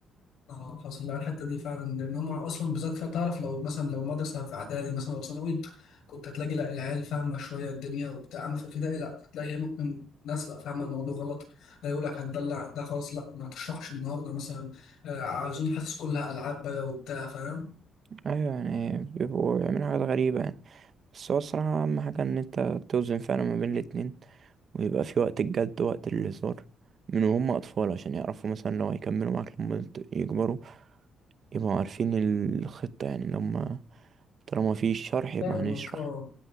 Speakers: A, on the left; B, on the right.
A: اه حصل لها الحته دي فعلا لان هم اصلا بالذات فيها تعرف لو مثلا لو مدرسه في اعدادي مثلا او ثانوي كنت هتلاقي لا العيال فاهمه شويه الدنيا وبتاع اما في ابتدائي لا هتلاقي ممكن ناس لا فاهمه الموضوع غلط لا يقول لك هتدلع ده خلاص لا ما تشرحش النهارده مثلا آه، عاوزين الحصص كلها العاب بقى وبتاع فاهم
B: أيوة يعني بيبقوا يعملوا حاجات غريبة يعني بس هو الصراحة أهم حاجة إن أنت توزن فعلا ما بين الاتنين ويبقى في وقت الجد ووقت الهزار من وهم أطفال عشان يعرفوا مثلا لو هيكملوا معاك لما يكبروا يبقوا عارفين الخطة يعني لما طالما في شرح يبقى
A: فاهمك
B: هنشرح
A: اه